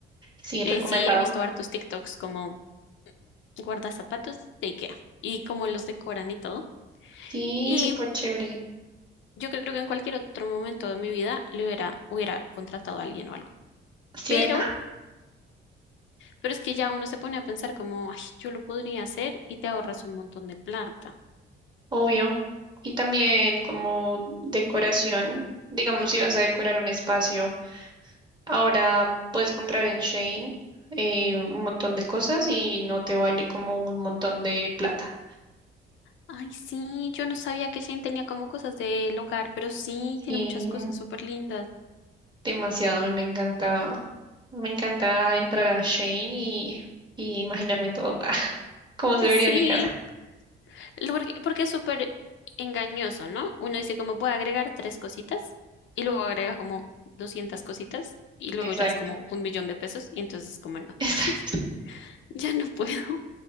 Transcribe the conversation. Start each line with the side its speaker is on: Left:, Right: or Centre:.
Right: sí, recomendado.
Left: Eh, sí, he visto hartos TikToks como guarda zapatos de IKEA y cómo los decoran y todo.
Right: Sí,
Left: Y
Right: súper chévere,
Left: yo creo que en cualquier otro momento de mi vida le hubiera, hubiera contratado a alguien o algo.
Right: ¿cierto?
Left: Pero, pero es que ya uno se pone a pensar como, ay, yo lo podría hacer y te ahorras un montón de plata.
Right: Obvio. Y también como decoración, digamos si vas a decorar un espacio. Ahora puedes comprar en Shane eh, un montón de cosas y no te vale como un montón de plata.
Left: Ay, sí, yo no sabía que Shane tenía como cosas del hogar, pero sí, tiene
Right: Y
Left: muchas cosas súper lindas.
Right: demasiado, a mí me encanta, me encanta entrar a Shane y, y imaginarme todo, <laughs> cómo se
Left: <laughs>
Right: vería
Left: Sí.
Right: en mi casa.
Left: Lo Porque, porque es súper engañoso, ¿no? Uno dice como voy a agregar tres cositas y luego agrega como 200 cositas y luego
Right: Exacto.
Left: ya es como un millón de pesos y entonces es como
Right: <laughs>
Left: no,
Right: Exacto.
Left: <laughs> ya no puedo.